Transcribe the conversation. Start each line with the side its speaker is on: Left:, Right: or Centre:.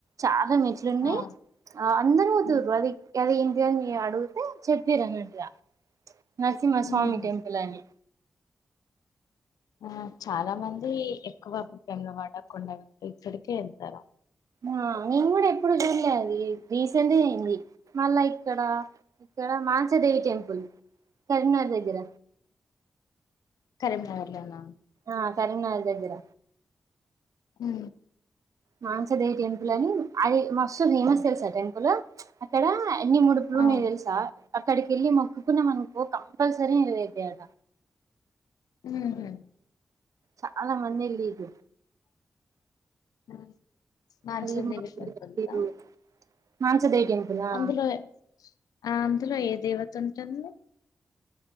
Right: చాలా మెట్లు ఉన్నాయి.
Left: ఆ
Right: ఆ అందను పోతుర్రు
Left: ఉమ్
Right: అది అది ఏంటిది అని మే అడుగుతే చెప్పిరాన్నట్టు గా నరసింహ స్వామి
Left: ఉహు
Right: టెంపల్ అని
Left: ఆ చాలా మంది ఎక్కువ పేల వాడ కొండలకి ఇక్కడికే వెళ్తారు.
Right: ఆ నేను కూడా ఎప్పుడు చూడలే అది రీసెంట్ అయింది మళ్ళా ఇక్కడ ఇక్కడ మాచదేవి టెంపుల్ కరీంనగర్ దగ్గర
Left: కరీంనగర్లోన
Right: ఆ కరీంనగర్ దగ్గర
Left: ఉ
Right: మానసదేవి టెంపుల్ అని అది మొస్తు ఫేమస్ తెలుస టెంపుల్ అక్కడ ఎన్ని ముడుపుల్ ఎట్లున్నై
Left: అవును
Right: తెలుసా అక్కడికెళ్ళి మొక్కుకున్న మనుకో కంపల్సరీ విడుదలఐతైయంత
Left: హ
Right: చాలా మంది ఎల్లిర్రు.
Left: <inaudible> నాచెవి
Right: వెళ్ళి మొక్కులు
Left: పట్టుకుంటా.
Right: పెట్టిర్రు మాంసదేవి టెంపుల్ ఆ
Left: అందులో వే ఆ అందులో ఏ దేవత ఉంటుంది?